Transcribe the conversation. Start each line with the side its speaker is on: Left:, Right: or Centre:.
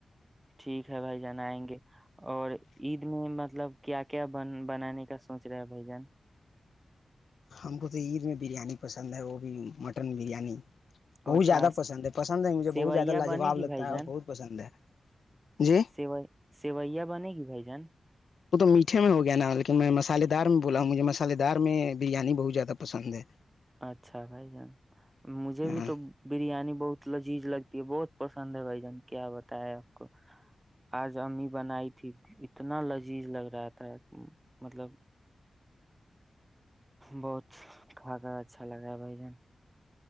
Right: ٹھیک ہے بھائی جان ائیں گے اور عید می مطلب کیا کیا بنانے کا سوچ رہے ہے بھائی جان۔
Left: ہم کو تو عید میں بریانی پسند ہے وہ بھی مٹن بریانی۔
Right: او
Left: بہت
Right: اچھا
Left: زیادہ پسند ہے پسند ہے مجھے
Right: سوایہ
Left: بہت زیادہ لاجواب
Right: بنے گی
Left: لگتا
Right: بھائی
Left: ہے
Right: جان
Left: اور بہت پسند ہے جی
Right: سی سویا بنے گی بھائی جان۔
Left: وہتو میٹھے میں ہو گیا نا بلکہ میں مصالحے دار میں بولا ہوں مجھے مصالحے دار میں بریانی بہو زیادہ پسند ہے
Right: اچھا بھائی جان مجھے
Left: ہاں
Right: بھی تو بریانی بہت لذیذ لگ یہ بہت پسند ہے بھائی جان کیا بتایا ہے اپ کو اج امی بنائی تھی اتنا لذیذ لگ رہا تھا مطلب بہت اچھا لگا بھائی جان